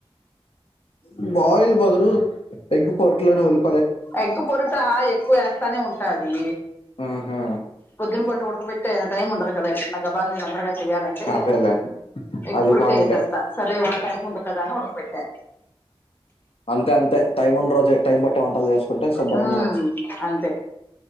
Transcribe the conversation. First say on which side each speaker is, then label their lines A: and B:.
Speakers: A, on the left (about 70°); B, on the left (about 20°).
A: మ్ బాయిల్ బదులు ఎగ్ పొరట్లోనే వెల్
B: ఎగ్ పొరుట ఎక్కువ వేస్తానే ఉంటాది
A: ఆహా
B: పొద్దున పూట ఉడకబెట్ టైం ఉందు కదా గాబల్నా గమ్మున చెయాలంటే
A: అదేలే
B: ఎగ్
A: అది
B: పురిటేసేస్తా
A: పాయింటే
B: సరే టైం ఉంది కదా అని ఉడకబెట్టా
A: అంతే అంతే టైం ఉన్న రోజే టైం పట్టే వంటల్ చేస్ కుంటే శుబ్బరంగా
B: ఉమ్
A: తినొచ్చు
B: అంతే